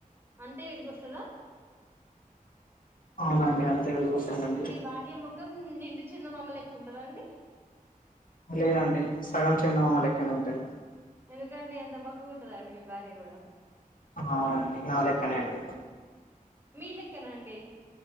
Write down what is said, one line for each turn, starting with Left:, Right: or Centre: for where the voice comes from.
Right: అంతే వెలుగు వస్త కద
Left: <inaudible> తెలుస్తుందండి
Right: మీ భార్య ముఖం నిండు చెందమామ లెక్ ఉంటదండి
Left: లేదండి సగం చెందమామ లెక్కనే ఉంటది
Right: ఎందుకండి అంత బక్కగ ఉంటదాండి మీ భార్య కూడ
Left: అవునండి నాలెక్కనే అండి
Right: మీ లెక్కనాండి